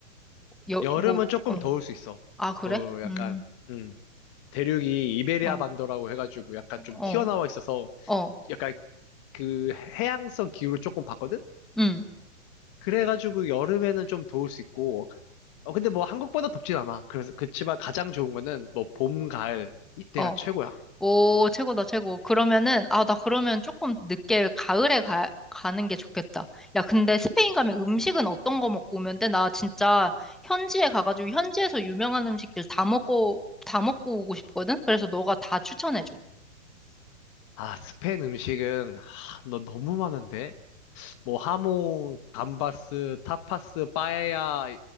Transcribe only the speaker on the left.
여름은
조금
더울 수 있어.
그 약간,
음. 대륙이 이베리아
반도라고 해가지고 약간
좀 튀어나와 있어서
약간 그 해양성 기후를 조금 봤거든?
그래가지고 여름에는 좀 더울 수 있고, 어, 근데 뭐 한국보다 덥진 않아. 그래서, 그치만 가장 좋은 거는 뭐 봄, 가을, 이때가
최고야.
아, 스페인 음식은, 아, 너 너무 많은데? 뭐 하모, 감바스, 타파스, 빠에야,